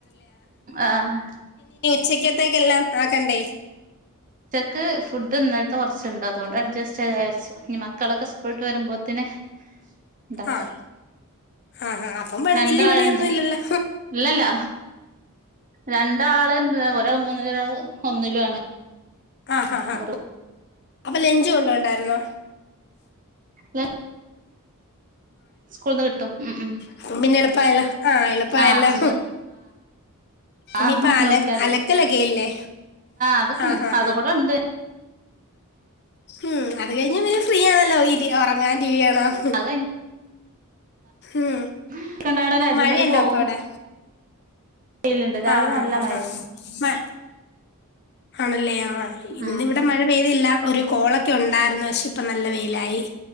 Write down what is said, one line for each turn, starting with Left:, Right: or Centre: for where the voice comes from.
Right: ആഹ്
Left: ച്ചെക്കേത്തേക്കെല്ലാം ആക്കണ്ടേ?
Right: ക്ക് ഫുഡ് ഇന്നൽത്തെ കൊർച്ച്ണ്ട് അതുകൊണ്ട് അഡ്ജസ്റ്റ് ചെയ്യാര്ച്ച് ഇനി മക്കളൊക്കെ സ്കൂൾട്ട് വരുമ്പോത്ത്ന് ഇണ്ടാക്കാ
Left: ആഹ് ആഹ് അപ്പം പണി
Right: രണ്ടാള്ണ്ട്
Left: വല്യ പണിയൊന്നും ഇല്ലല്ലോ
Right: ഇല്ലല്ല രണ്ടാള്ണ്ട് ഒര് രാള് മൂന്നില് ഒരാള് ഒന്നിലു ആണ്
Left: ആഹ് ഹാ ഹാ
Right: അവര്
Left: അപ്പൊ ലഞ്ച് കൊണ്ടോണ്ടായിരുന്നോ
Right: ല സ്കൂൾന്ന് കിട്ടും ഉം ഉം
Left: അപ്പൊപിന്നെ എളുപ്പായല്ലൊ ആഹ് എളുപ്പായല്ലൊ
Right: ആഹ് സുഖ
Left: ഇനിയിപ്പ
Right: ആഹ്
Left: അല
Right: നോക്കിയാതി
Left: അലക്കലൊക്കെല്ലേ
Right: അതൊക്കെ
Left: ആഹ് ഹാ
Right: അതും
Left: ഹാ
Right: കൂടെ ഉണ്ട്
Left: ഉം അത് കഴിഞ്ഞ പിന്നെ ഫ്രീയാണല്ലോ ഇനി ഉറങ്ങാം ടി വി കാണാം
Right: അത്
Left: ഉം
Right: കഴിഞ്ഞിണ്ടായോണ്ട് അതിമേല്
Left: മഴയുണ്ടോ
Right: പോവും
Left: അപ്പൊ അവിടെ
Right: വെയിലുണ്ട് രാവിലെ
Left: ആഹ്
Right: നല്ല
Left: ഹ
Right: മഴയായിരുന്നു
Left: ഹാ മഴ് ആണല്ലേ ആഹ്
Right: ഉം
Left: ഇന്ന് ഇവിടെ മഴ പെയ്തില്ല ഒരു കോളൊക്കെ ഉണ്ടായിരുന്നു പക്ഷെ ഇപ്പം നല്ല വെയിലായി